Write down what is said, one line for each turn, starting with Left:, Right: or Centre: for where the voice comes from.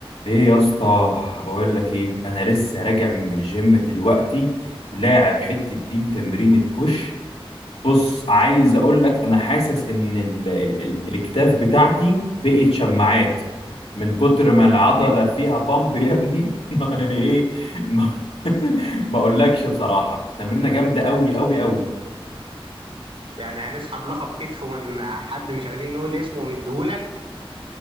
Left: ايه يا اسطى بقول لك ايه انا لسه راجع من الجيم دلوقتي لاعب حته دين تمرين بوش بص عايز اقول لك انا حاسس ان ال ال ال الاكتاف بتاعتي بقت شماعات من كتر ما العضله
Right: <laughs>
Left: فيها بامب يا ابني <laughs> ما ايه ما <laughs> ما اقولكش بصراحه تمرينه جامده قوي قوي قوي
Right: يعني هنسحب لقب كتف من حد مش عايزين نقول اسمه ونديهولك